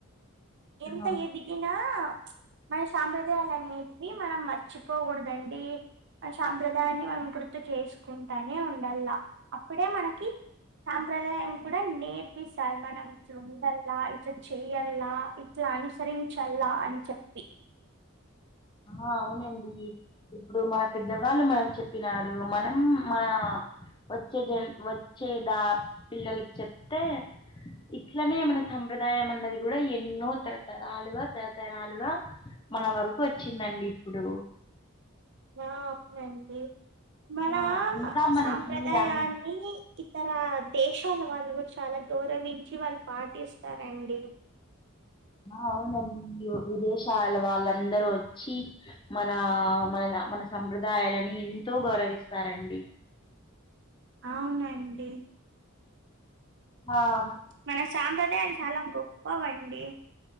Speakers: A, on the right; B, on the left.
A: ఎంత
B: ఆ,
A: ఎదిగిన మన సాంప్రదాయాలు అనేటివి మనం మర్చిపోకూడదండి మన సాంప్రదాయాన్ని మనం గుర్తు చేసుకుంటానే ఉండల్లా అప్పుడే మనకి సాంప్రదాయం కూడా నేర్పిస్తారు మనం ఇట్లా ఉండల్లా ఇట్ చెయల్లా ఇట్లా అనుసరించల్ల అని చెప్పి
B: ఆ అవునండి ఇప్పుడు మన పెద్దవాళ్ళు మనకు చెప్పినారు మనం మన వచ్చే జన్ వచ్చేదా పిల్లలకి చెప్తే ఇట్లనే మన సంప్రదాయం అన్నది కూడా ఎన్నో తరతరాలుగా తరతరాలుగా మన వరక్ బ్బు చ్చిందండి ఇప్పుడు
A: ఆ అవునండి మనా
B: ఆ ఇంకా మనకి
A: సాంప్రదాయాన్ని
B: అన్
A: ఇతర దేశాల వాళ్ళు కూడా చాలా గౌరవించి వాళ్ళు పాటిస్తారండి
B: ఆ అవునండి విదేశాల వాళ్ళందరూ వచ్చి మన మన మనసంప్రదాయాలని ఎంతో గౌరవిస్తారండి
A: అవునండి
B: ఆమ్
A: మన సాంప్రదాయాలు చాలా గొప్పవం డి